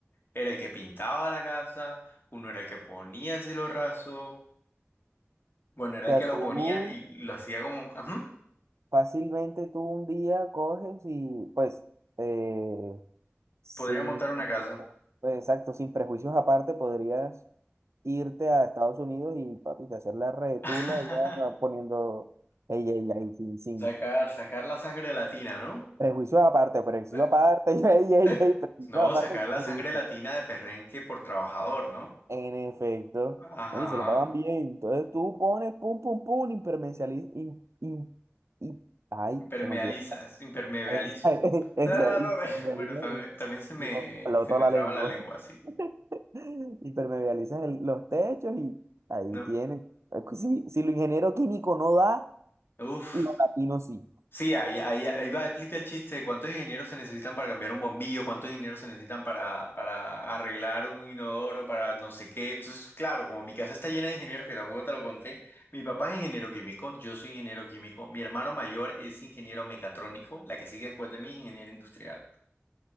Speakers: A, on the left; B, on the right.
A: era el que pintaba la casa, uno era el que ponía el cielo raso, bueno, era
B: sea,
A: el que lo
B: tú
A: ponía y lo hacía como, "Ujú,
B: fácilmente tú un día coges y pues, eh, sí,
A: podría montar una casa.
B: pues, exacto, sin prejuicios aparte podrías irte a Estados Unidos y papi, hacer la retula
A: <laughs>
B: ya poniendo ella, ella, y sin, sin,
A: Sacar, sacar la sangre latina, ¿no?
B: Prejuicio aparte, prejuicio
A: Eh,
B: aparte, <laughs> ey,
A: eh.
B: ey, ey, prejuicio
A: No,
B: aparte,
A: sacar
B: yo
A: la
B: no
A: sangre
B: dije.
A: latina de perrenque por trabajador, ¿no?
B: En efecto,
A: Ajá.
B: ¿no? y se lo pagan bien. Entonces tú pones pum, pum, pum, impermeabiliz- im- im- im- ay,
A: Impermealizas,
B: se me olvidó.
A: impermeabilizo.
B: Esa, <laughs> esa,
A: Ah,
B: impermeabilizas
A: no no. <laughs> Bueno, también,
B: el-
A: también se me,
B: me peló
A: se
B: toda
A: me
B: la
A: traba
B: lengua.
A: la lengua así,
B: <laughs> Impermeabilizas el- los techos y ahí
A: ¿no?
B: tienen. Es que Si, si lo ingeniero químico no da,
A: Uf.
B: lo latino sí.
A: Sí, ahí, ahí, ahí va, explica el chiste de cuántos ingenieros se necesitan para cambiar un bombillo, cuántos ingenieros se necesitan para, para arreglar un inodoro, para no sé qué. Entonces, claro, como mi casa está llena de ingenieros, que tampoco te lo conté, mi papá es ingeniero químico, yo soy ingeniero químico, mi hermano mayor es ingeniero mecatrónico, la que sigue después de mí es ingeniero industrial.